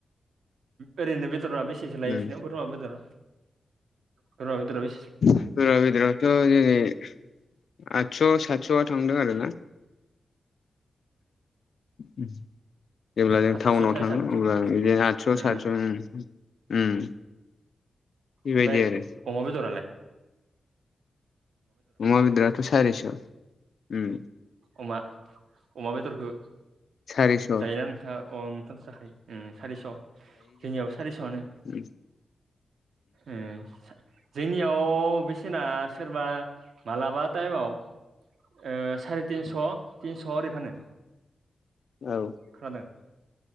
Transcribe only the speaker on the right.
ओरैनो बेदरा बेसेसो लायो
नोंसोरनियाव बोरमा बेदरा बोरमा बेदरा बे
सातस'
साराय
सातस'
आदस'
ओ
ओमफाय
अमा बेदर
अमा अमा बेदरखौ
जायोना नोंथाङा अ नोंथांथ' जाखायो सारिस' जोंनियाबो सारिस'आनो
उम जोंनियाव बिसेना सोरबा मालाबा टाइमाव ओ साराय तिनस' थिनस' ओरै फानो
खोनादों